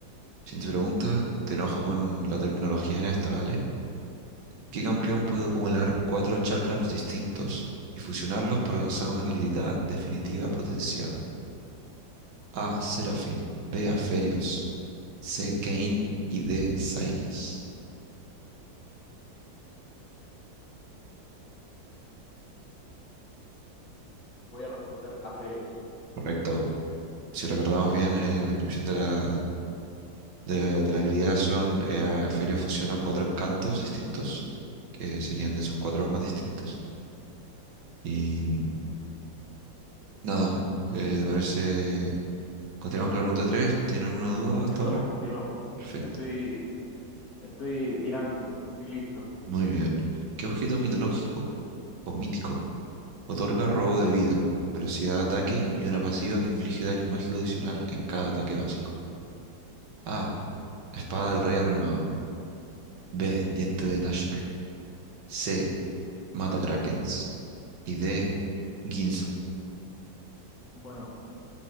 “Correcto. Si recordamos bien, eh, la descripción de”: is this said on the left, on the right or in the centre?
Right